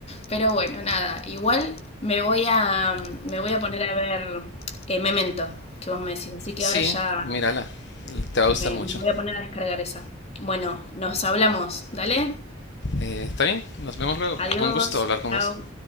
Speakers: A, on the left; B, on the left.
A: Pero bueno, nada, igual me voy a, me voy a poner a ver eh, Memento, que vos me decís, así que
B: sí,
A: ahora ya
B: mírala. Te va a gustar
A: me,
B: mucho.
A: me voy a poner a descargar esa. Bueno, nos hablamos, dale,
B: Eh, está bien, nos vemos luego.
A: adiós,
B: Un gusto hablar con
A: chao.
B: vos.